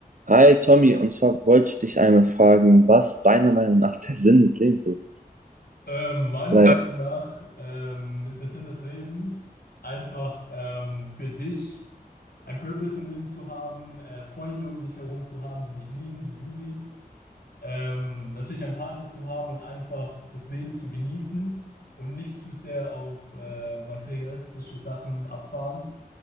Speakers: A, on the right; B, on the left.
A: Hi Tommy, und zwar wollte ich dich einmal fragen, was deiner Meinung nach der Sinn des Lebens ist.
B: Ähm, meiner
A: Weil,
B: Meinung nach ähm, ist der Sinn des Lebens einfach ähm, für dich ein Purpose im Leben zu haben, äh, Freunde um dich herum zu haben, die dich lieben, die du liebst, ähm, natürlich einen Partner zu haben und einfach das Leben zu genießen und nicht zu sehr auf äh, materialistische Sachen abfahren